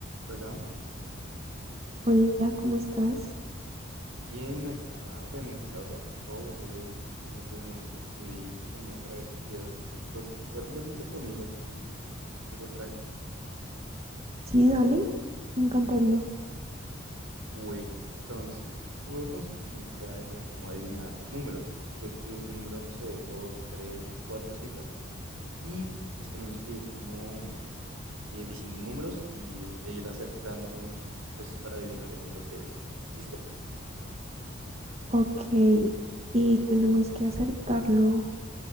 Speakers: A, on the right (about 85°); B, on the right (about 30°).
A: Hola,
B: Hola, ¿cómo estás?
A: bien acá. Bueno, la verdad, un poco aburrido. Eh, pues no te escribí te llamé para ver si querías de pronto jugar un jueguito conmigo aquí, algo tranqui.
B: Sí, dale, me encantaría.
A: Bueno, entonces, este juego consiste en la idea es como adivinar números. Tú escribes un número, no sé, de dos, tres, cuatro cifras y pues tenemos que ir como eh, diciendo números y ir, e ir acertando, pues para adivinar el número que es. ¿Listo?
B: Ok, ¿y tenemos que acertarlo